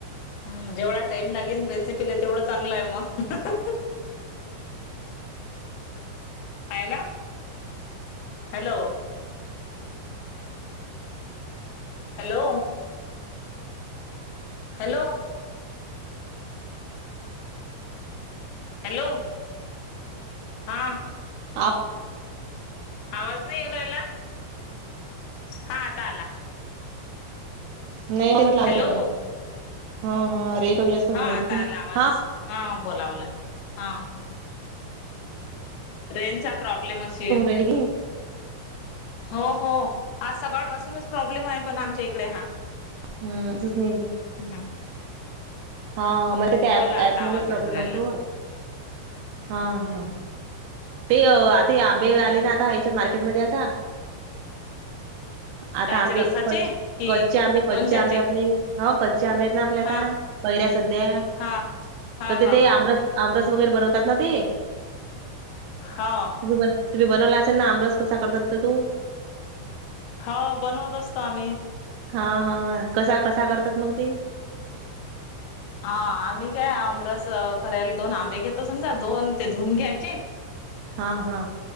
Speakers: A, on the left; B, on the right.
A: हम्म जेवढा टाइम लागेल रेसिपीला तेवढं चांगलं आहे मग आहे ना, हॅलो! हॅलो! हॅलो! हॅलो, हां.
B: आ
A: आवाज नाही एऊ रायला. हा आता आला.
B: नाही मट ला
A: हॅलो
B: करलो, हा हा रेंज कमी जास्त होऊन
A: हा
B: राहिली
A: आता
B: की
A: आला आवाज,,
B: हां
A: हा बोलावला, हा. रेंनचा प्रॉब्लेम अशेल
B: मिल गे
A: हो हो,, आज सकाळपासूनच प्रॉब्लेम आहे पण आमच्या इकडे हा
B: हं तूचनै
A: बोला
B: हा, मला त्या
A: बोला
B: प ऍपमुळंच
A: आता आवाज
B: प्रॉब्लेम
A: येऊन राहिला
B: आहे तो. हा, हा, ते आता आंबे
A: हम्म
B: आले ना आता मार्केटमध्ये आता. आता
A: कायचे
B: आंबे
A: रसाचे
B: कच्
A: कि
B: कच्चे आंबे कच्चे
A: लोणच्याचे
B: आंबे आपले, हं कच्चे आंबे आहेत ना आपले आता.
A: हा
B: ्या सध्या,,
A: हा हा
B: तर तेथे
A: हा ह
B: आमरस आमरस वगैरे बनवतात ना ते
A: हा
B: तुम्ही बनवला असेल ना, आमरस कसा करतात तर तू?
A: हो बनवत असतो आम्ही.
B: हा हा, कसा कसा करतात मग ते?
A: हा आम्ही काय आमरस करायला, दोन आंबे घेतो समजा दोन ते धुून घ्यायचे.
B: हा हा